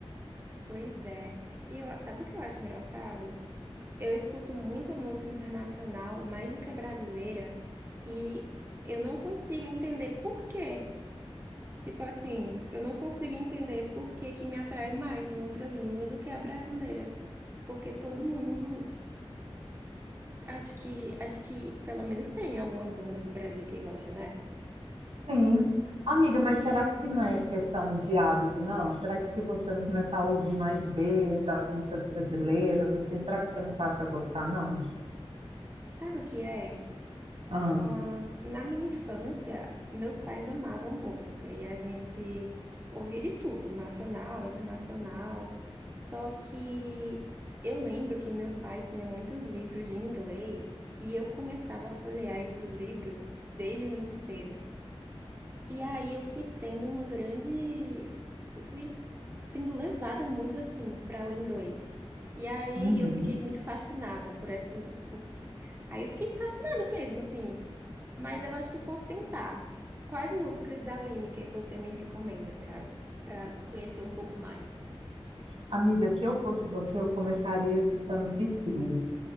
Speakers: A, on the right; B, on the right.
A: Pois é. E eu, sabe o que eu acho engraçado? Eu escuto muita música internacional, mais do que brasileira, e eu não consigo entender por quê. Tipo assim, eu não consigo entender por que que me atrai mais em outra língua do que a brasileira. porque todo mundo acho que acho que pelo menos tem alguma banda do Brasil que gosta, né?
B: Sim. Amiga, mas será que não é questão de hábito, não? Será que se você não começar a ouvir mais vezes as músicas brasileiras, assim, será que você não passa a gostar, não?
A: Sabe o que é?
B: Ah,
A: Ah, na minha infância, meus pais amavam música e a gente ouvia de tudo, nacional, internacional. Só que eu lembro que meu pai tinha muitos livros de inglês e eu começava a folhear esses livros desde muito cedo. E aí eu fui tendo uma grande. Eu fui sendo levada muito assim para o inglês. E aí
B: uhum.
A: eu fiquei muito fascinada por essa. por- Aí eu fiquei fascinada mesmo, assim. Mas eu acho que eu posso tentar. Quais músicas da Lineker você me recomenda para para conhecer um pouco mais?
B: Amiga, se eu fosse você, eu começaria escutando Psyu.